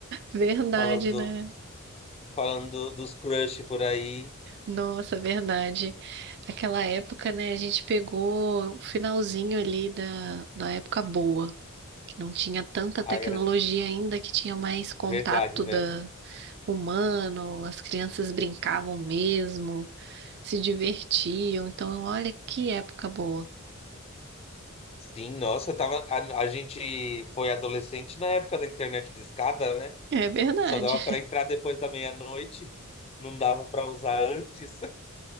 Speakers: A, on the right; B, on the left.
A: verdade,
B: falando,
A: né?
B: falando do- dos crush por aí.
A: Nossa, verdade. Aquela época, né, a gente pegou o finalzinho ali da, da época boa. Não tinha tanta
B: Ai,
A: tecnologia
B: era
A: ainda que tinha mais contato
B: verdade, né?
A: da humano, as crianças brincavam mesmo, se divertiam. Então, olha que época boa.
B: Sim, nossa, tava, a, a gente foi adolescente na época da internet discada, né?
A: É verdade,
B: Só dava para entrar depois da meia-noite, não dava para usar antes.